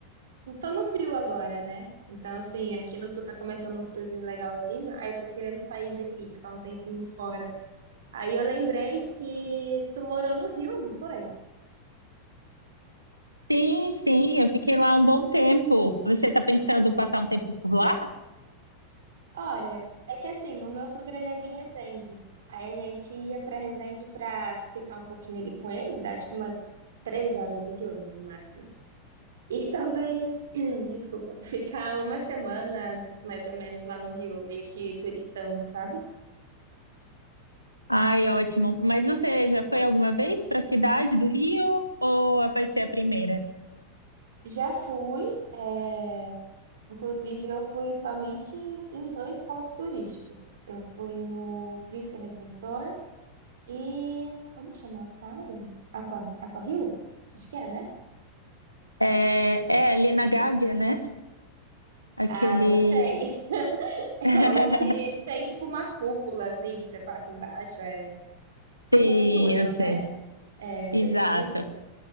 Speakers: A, on the right; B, on the right.
A: tô no frio agora, né? Então, assim, aqui no sul tá começando um friozinho legalzinho. Aí eu tô querendo sair daqui, ficar um tempinho fora. Aí eu lembrei que tu morou no Rio, não foi?
B: Sim, sim, eu fiquei lá um bom tempo. Você tá pensando em passar um tempo por lá?
A: Olha, É que assim, o meu sogro ele é de Resende. Aí a gente ia pra Resende pra ficar um pouquinho ali com eles, dá, acho que umas três horas do Rio, no máximo. E talvez, <clears throat> desculpa, <laughs> ficar uma semana mais ou menos lá no Rio, meio que turistando, sabe?
B: Ai, ótimo. Mas você já foi alguma vez para a cidade do Rio ou vai ser a primeira?
A: Já fui, é, inclusive eu fui somente em em dois pontos turísticos. Eu fui no Cristo Redentor e como que chama? Aquário? Aqua, Aquario? Acho que é, né?
B: É, é ali na Gávea, né? Aquele.
A: Ah, não sei. <laughs>
B: <laughs>
A: É o que tem tipo uma cúpula assim que você passa embaixo, é tipo
B: Sim,
A: um túnel,
B: eu sei.
A: né? É
B: Exato.
A: bem conhecido.